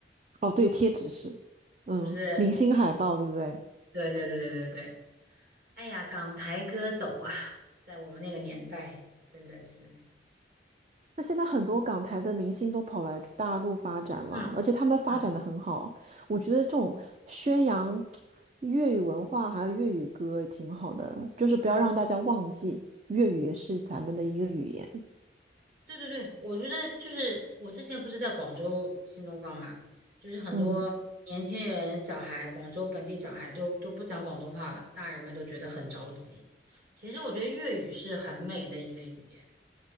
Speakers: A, on the right; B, on the right.
A: 哦对，贴纸是，嗯，
B: 是不是？
A: 明星海报对不对？
B: 对对对对对对。哎呀，港台歌手啊，在我们那个年代真的是。
A: 那现在很多港台的明星都跑来大陆发展了，
B: 嗯嗯
A: 而且他们发展的很好。我觉得这种宣扬粤语文化还有粤语歌也挺好的，就是不要让大家忘记粤语也是咱们的一个语言。
B: 嗯，对对对，我觉得就是我之前不是在广州新东方嘛，就是很多年轻人、
A: 嗯，
B: 小孩，广州本地小孩都都不讲广东话了，大人们都觉得很着急。其实我觉得粤语是很美的一个语言。